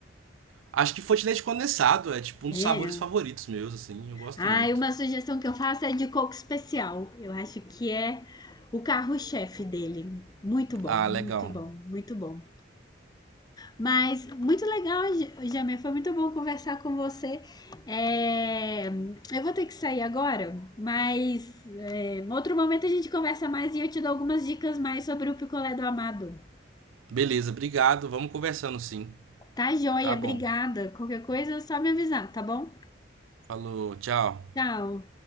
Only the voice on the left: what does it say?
É.
Ah,
e uma sugestão que eu faço é de coco especial. Eu acho que é o carro-chefe dele. Muito bom,
muito
bom, muito bom. Mas muito legal, Jamê. Foi muito bom conversar com você. É, Eu vou ter que sair agora, mas é, em outro momento a gente conversa mais e eu te dou algumas dicas mais sobre o picolé do amado.
Tá joia,
obrigada. Qualquer coisa é só me avisar, tá bom?
Tchau.